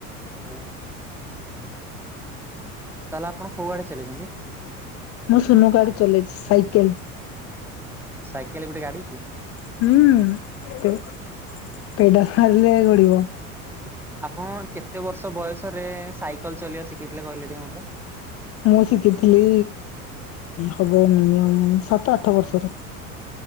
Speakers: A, in the centre; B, on the left.
A: ଓ ତାହେଲେ ଆପଣ କୋଉ ଗାଡି ଚଲେଛନ୍ତି?
B: ମୁଁ ସୁନୁ ଗାଡି ଚଲେଇଛି ସାଇକେଲ।
A: ସାଇକେଲ ଗୋଟେ ଗାଡି କି?
B: ହୁଁ ପେଡାଲ ମାରିଲେ ଗଡିବ।
A: ଆପଣ କେତେ ବର୍ଷ ବୟସରେ ସାଇକେଲ ଚଲେଇବା ଶିଖିଥିଲେ କହିଲେ ଟିକେ ମତେ?
B: ମୁଁ ଶିଖିଥିଲି ହବ ମିନିମମ୍ ସାତ ଆଠ ବର୍ଷରେ।